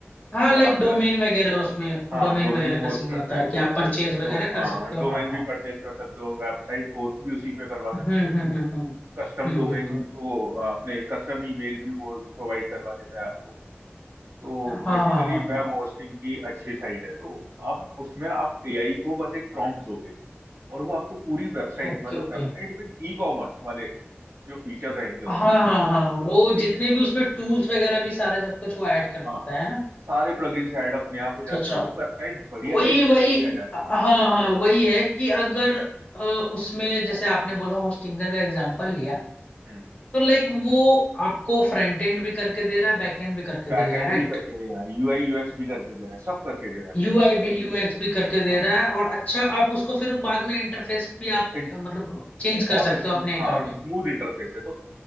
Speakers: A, on the left; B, on the right.
A: हाँ
B: तो
A: लाइक
B: अगर
A: डोमेन वगैरह उसमें
B: हाँ
A: डोमेन
B: डोमेन
A: वगैरह का
B: होस्ट
A: सीन
B: करता
A: होता
B: है
A: है कि आप परचेज वगैरह
B: दो हाँ
A: कर सकते
B: डोमेन
A: हो हाँ
B: भी
A: हाँ
B: परचेज कर सकते हो वेबसाइट होस्ट भी उसी पे करवा सकते
A: हम्म
B: हो
A: हम्म हम्म हम्म
B: कस्टम
A: हम्म,
B: डोमेन
A: बिल्कुल
B: वो अ, अपने कस्टम ईमेल भी वो प्रोवाइड करवा देता है आपको तो
A: हाँ
B: बेसिकली
A: हाँ हाँ हाँ
B: वेब होस्टिंग की अच्छी साइट है तो अब उसमें आप एआई को बस एक प्रॉम्प्ट दोगे और वो आपको पूरी वेबसाइट
A: Okay
B: मतलब
A: okay
B: वेबसाइट विद ई कॉमर्स वाले जो फीचर रहेंगे उसमें
A: हाँ हाँ हाँ वो
B: ठीक
A: जितने
B: है
A: भी उसमें टूल्स वगैरह भी सारे सब कुछ वो ऐड कर
B: हाँ
A: देता है ना
B: सारे प्लगइन्स ऐड अपने आप हो
A: अच्छा
B: जाते
A: अच्छा
B: हैं और वो वेबसाइट बढ़िया
A: वही
B: सी डिजाइन
A: वही
B: होके आ जाती
A: हाँ
B: है
A: हाँ वही है कि अगर अ, उसमें जैसे आपने बोला होस्टिंगर का एग्जांपल
B: हम्म
A: लिया तो लाइक वो आपको फ्रंट एंड भी करके दे रहा है बैक एंड भी करके
B: बैक
A: दे रहा
B: एंड
A: है राइट
B: भी करके दे रहा है यूआई यूएक्स भी करके दे रहा है सब करके दे रहा है वो
A: यूआई भी यूएक्स भी करके दे
B: हाँ
A: रहा है और अच्छा आप उसको फिर बाद में इंटरफेस भी आप
B: इंट-
A: अ, मतलब चेंज
B: बहुत
A: कर सकते
B: स्मू-
A: हो अपने
B: हाँ
A: अकॉर्डिंग
B: स्मूथ इंटरफेस है तो